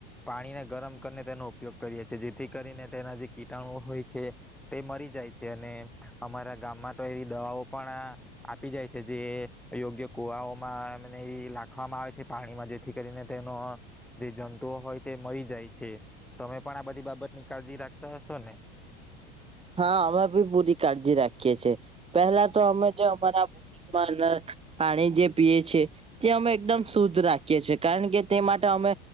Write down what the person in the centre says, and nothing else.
પાણીને ગરમ કરીને તેનો ઉપયોગ કરીએ છીએ જેથી કરીને તેના જે કીટાણુ હોય છે તે મરી જાય છે અને અમારા ગામમાં તો એવી દવાઓ પણ આપી જાય છે જે યોગ્ય કુવાઓમાં એને એવી લાખવામાં આવે છે પાણીમાં જેથી કરીને તેનો જે જંતુઓ હોય તે મરી જાય છે તમે પણ આ બધી બાબતની કાળજી રાખતા હશો ને